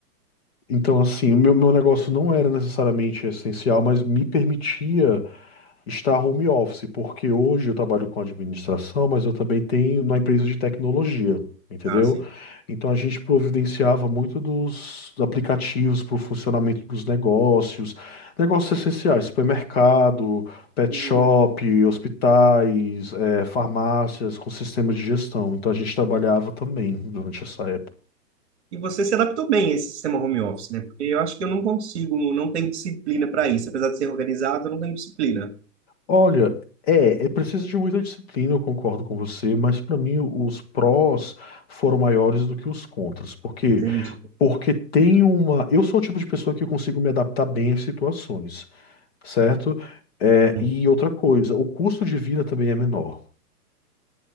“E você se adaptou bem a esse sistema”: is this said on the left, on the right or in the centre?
Right